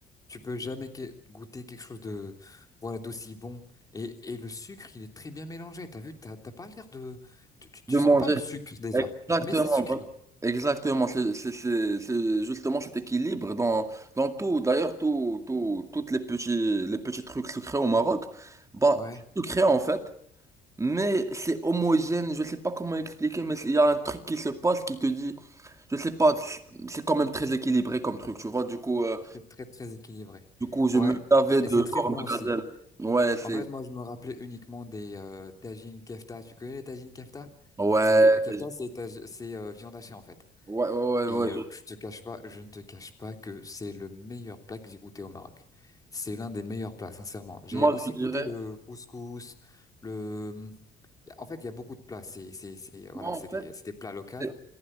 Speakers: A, on the left; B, on the right.
A: tu peux jamais que- goûter quelque chose de, voilà, d'aussi bon. Et, et le sucre, il est très bien mélangé. T'as vu, t'as t'as pas l'air de, tu, tu, tu
B: de manger.
A: sens pas le sucre déjà.
B: Exactement,
A: Mais c'est sucré.
B: exactement. C'est c'est- c'est- c'est justement cet équilibre dans, dans tout. D'ailleurs, tout, tout, toutes les petits, les petits trucs sucrés au Maroc, bah,
A: Ouais,
B: c'est sucré en fait, mais c'est homogène. Je sais pas comment expliquer, mais il y a un truc qui se passe qui te dit. Je sais pas, c'est quand même très équilibré comme truc, tu vois. Du coup, euh,
A: c'est très, très équilibré.
B: du coup, je
A: Ouais.
B: me lavais de
A: Et c'est très
B: corne
A: bon
B: de
A: aussi.
B: gazelle. Ouais, c'est.
A: En fait, moi, je me rappelais uniquement des euh, tagines kefta. Tu connais les tagines kefta?
B: Ouais,
A: C'est euh, kefta,
B: je-
A: c'est ta- c'est euh, viande hachée en fait.
B: ouais, ouais, ouais.
A: Et
B: ouais,
A: euh,
B: je-
A: je te cache pas, je ne te cache pas que c'est le meilleur plat que j'ai goûté au Maroc. C'est l'un des meilleurs plats, sincèrement. J'ai
B: Moi,
A: aussi
B: je dirais.
A: goûté le couscous, le. En fait, il y a beaucoup de plats. C'est c'est c'est voilà,
B: Moi, en
A: c'est
B: fait,
A: des c'est des plats locaux.
B: c'est-